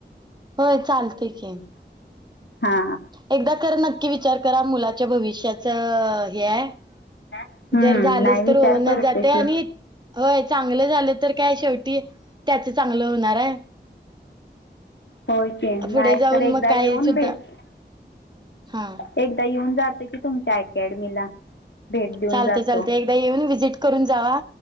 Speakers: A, on the right (about 25°); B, on the left (about 85°).
A: हो. चालतय की
B: हा
A: एकदा खर नक्की विचार करा मुलाच्या भविष्याच हे हाय
B: हम्म
A: जर झालच
B: नाही विचार
A: तर होऊनच
B: करते
A: जातय
B: की
A: आणि होय चांगलं झालं तर काय शेवटी त्याच चांगलं होणार हाय
B: होय की नाही
A: पुढे जाऊन
B: तर एकदा
A: मग काय
B: येऊन
A: सुद्धा
B: भेट
A: हा
B: एकदा येऊन जाते की तुमच्या अकॅडमीला. भेट देऊन
A: चालतय
B: जातो
A: चालतय एकदा येऊन व्हिजिट करून जावा‌.